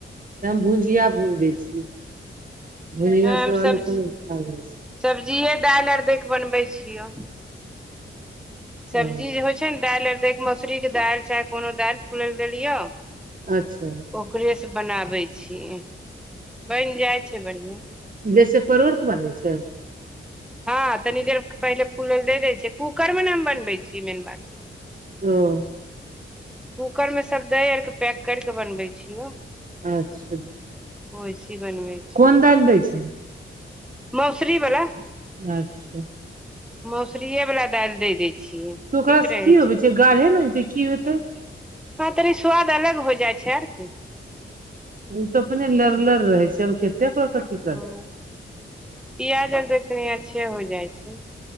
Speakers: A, on the right; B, in the centre.
A: त हम भुजिया भुज दै छीयै भुजिया
B: नहि हम
A: सभ आलू
B: सब्जी
A: सभ खा जाइ छै
B: सब्जिए दाइल आर देख कऽ बनबै छियौ। सब्जी
A: ओ
B: जे होइ छै ने दालि अर दैके मोसरी के दालि चाहे कोनो दालि फुलय लए देलियौ
A: अच्छा।
B: ओकरेसँ बनाबै छियै बनि जाइ छै बढ़िआ
A: जैसे परोर के बनै छै।
B: हँ तनी देर पहिले फूलेल दे देय छै कूकर मे ने बै छी मेन बात।
A: ह
B: कुकरमे सभ दै आरके पैक केर कऽ बनबै छियौ
A: अच्छा
B: असेए बन्बे छै
A: कोन दालि दै छै।
B: मौसरी वला।
A: अच्छा।
B: मसुरीए बला दालि दऽ दै छियै।
A: तऽ ओकरासँ
B: ठीक रहै
A: कि होइ छै गाढ़े ने होतै कि होतै
B: हँ, तनी स्वाद अलग हो जाइ छै, आओर कि
A: ओ तऽ अपने लरलर रहे छै और कते
B: हँ,
A: करबै
B: पिआज़ आर सँ तऽ कनि अच्छे हो जाइ छै